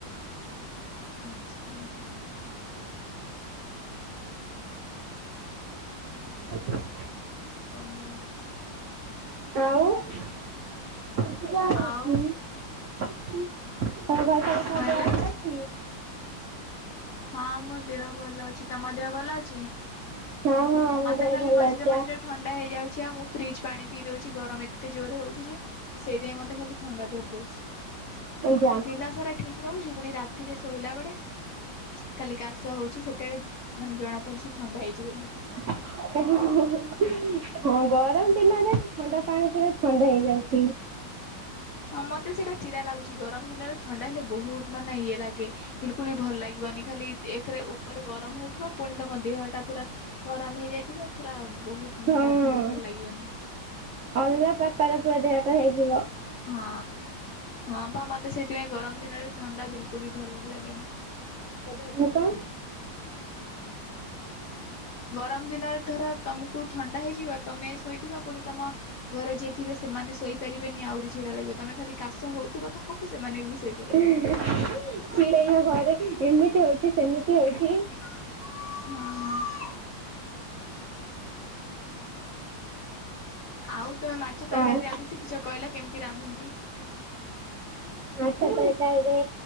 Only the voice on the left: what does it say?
ଆଚ୍ଛା
ଓହୋ
ଆଉ କଣ ହେଲା? ହଁ ମୋ ଦେହ ଭଲ ଅଛି। ତମ ଦେହ ଭଲ ଅଛି?
ମୋତେ
ଖାଲି
ମଝିରେ
ମଝିରେ
ଥଣ୍ଡା ହେଇଯାଉଛି। ଆଉ ମୁଁ ଫ୍ରିଜ ପାଣି ପିଇ ଦଉଛି ଗରମ ଏତେ ଜୋରେ ହଉଛି ଯେ। ସେଇଥି ପାଇଁ ମୋତେ ଖାଲି ଥଣ୍ଡା ଧରିଦେଉଛି।
ଦିନସାରା ଠିକ ରହୁଛି ପୁଣି ରାତିରେ ଶୋଇଲା ବେଳେ କାଲି କାଶ ହଉଛି। ସେତେବେଳେ ମାନେ ଜଣା ପଡୁଛି ଥଣ୍ଡା ହେଇଛି ବୋଲି।
ହଁ ମୋତେ ସେଇଟା ଚିଡା ଲାଗୁଛି ଗରମ ଦିନରେ ଥଣ୍ଡା ହେଲେ ବହୁତ ମାନେ ଇଏ ଲାଗେ। ବିଲକୁଲ ବି ଭଲ ଲାଗିବନି ଖାଲି ଏକରେ ଉପରେ ଗରମ ହଉଥିବା ପୁଣି ତମ ଦେହଟା ପୁରା। ଗରମ ହେଇଯାଇଥିବ ପୁରା ବହୁତ
ମାନେ ବାଧିବ ଭଲ ଲାଗିବନି।
ହଁ ହଁ ବା ମତେ ସେଇଥିପାଇଁ ଗରମ ଦିନରେ। ଥଣ୍ଡା ବିଲକୁଲ ବି ଭଲ ଲାଗେନି ଥଣ୍ଡା ଧରିଲେ।
ଗରମ ଦିନରେ ଧର ତମକୁ ଥଣ୍ଡା ହେଇଯିବ ତମେ ଶୋଇଥିବ ପୁଣି ତମ। ଘରେ ଯିଏ ଥିବେ ସେମାନେ ଶୋଇପାରିବେନି ଆହୁରି ଚିଡା ଲାଗିବ ତମେ ଖାଲି କାଶ ହଉଥିବ ତମକୁ ସେମାନେ ବି। ଶୋଇପାରିବେନି।
<unintelligible> ହଁ। ଆଉ ତମେ ମା ଛ ତରକାରୀ
ରାନ୍ଧି ଶିଖିଛ କହିଲ କେମିତି ରାନ୍ଧନ୍ତି?